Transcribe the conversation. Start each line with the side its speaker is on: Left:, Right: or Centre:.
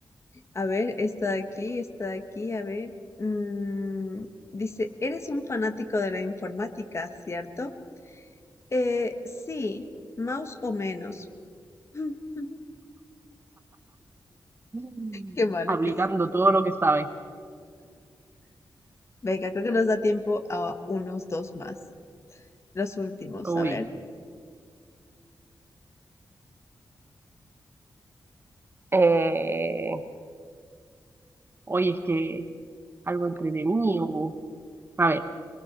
Left: a ver, está aquí, está aquí, a ver. mm, dice, eres un fanático de la informática, ¿cierto? Eh, sí, más o menos. <laughs>
Right: <laughs>
Left: Qué malo
Right: Aplicando
Left: que es.
Right: todo lo que sabe.
Left: Venga, creo que nos da tiempo a unos dos más. Los últimos,
Right: Uy,
Left: a ver.
Right: Eh, hoy es que algo entretenido. bu. A ver,